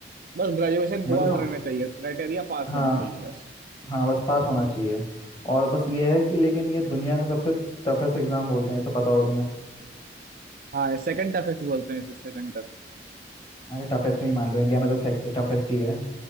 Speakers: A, on the right; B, on the left.
A: बस ग्रेजुएशन
B: समझ
A: हुआ
B: रहे
A: हुआ
B: हो
A: रहना चाहिए क्राइटेरिया पास
B: हाँ
A: होना चाहिए बस
B: हाँ बस पास होना चाहिए और बस ये है कि लेकिन ये दुनिया का सबसे टफेस्ट एग्ज़ाम बोलते हैं ये तो पता होगा तुम्हें
A: हाँ सेकंड टफेस्ट बोलते हैं इसे सेकंड
B: अरे टफेस्ट नहीं मान लो इंडिया में तो टफेस्ट ही है